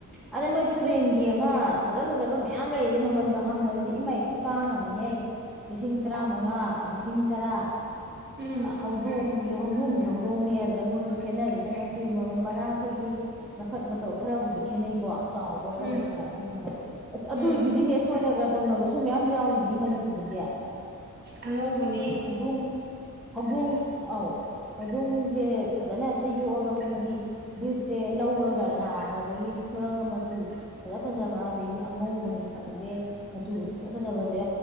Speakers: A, in the centre; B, on the right.
A: ꯑꯗ ꯃꯣꯏ ꯐꯣꯔꯦꯟꯒꯤ ꯑꯃ ꯐꯖ ꯐꯖꯕ ꯃꯌꯥꯝ ꯂꯩꯔꯤꯗꯤ ꯃꯃꯜꯒ ꯍꯪꯕꯗꯗꯤ ꯏꯃꯩ ꯈꯨꯇꯥꯡ ꯑꯃꯅꯤꯝꯅꯤꯍ ꯂꯤꯁꯤꯡ ꯇꯔꯥ ꯃꯉꯥ ꯂꯤꯁꯤꯡ ꯇꯔꯥ
B: ꯎꯝ
A: ꯍꯧꯗꯣꯡꯗꯤ ꯍꯧꯗꯣꯡꯗꯤ ꯍꯧꯗꯣꯡꯅꯤ ꯑꯗꯨꯗ ꯃꯣꯏꯁꯨ ꯈꯦꯠꯅꯔꯤꯅ ꯃꯆꯨ ꯃꯔ ꯃꯔꯥꯡ ꯑꯩꯈꯣꯏꯒꯤ ꯃꯁꯛ ꯃꯇꯧ ꯈꯔꯕꯨꯗꯤ ꯈꯦꯠꯅꯩꯀꯣ ꯆꯥꯎꯕ
B: ꯎꯝ
A: ꯀꯔꯤ ꯀꯔꯥ ꯑꯗꯨꯒꯨꯝꯕ ꯑꯁ ꯑꯗꯨꯒꯤ
B: ꯎꯝ
A: ꯕꯤꯖꯤꯅꯦꯁ ꯑꯣꯏꯅꯒ ꯇꯧꯅꯕꯁꯨ ꯃꯌꯥꯝ ꯌꯥꯎꯔꯤꯅꯤ ꯃꯅꯤꯄꯨꯔꯗꯗꯤ
B: ꯑꯅꯧꯕꯅꯦ
A: ꯍꯧꯗꯣꯡ ꯍꯧꯗꯣꯡ ꯑꯥꯎ ꯍꯧꯗꯣꯡꯁꯦ ꯐꯖꯅ ꯍꯦꯛꯇ ꯌꯣꯛꯑꯒ ꯃꯣꯏꯒꯤ ꯕ꯭ꯔꯤꯠꯁꯦ ꯂꯧꯔꯒ ꯂꯥꯕꯗꯒꯤ ꯂꯧꯔꯒ ꯃꯆꯨ ꯐꯖ ꯐꯖꯕ ꯑꯗꯗꯒꯤꯗꯤ ꯑꯉꯧꯕꯅꯤ ꯈꯪꯗꯦ ꯃꯆꯨ ꯐꯖ ꯐꯖꯕꯁꯦ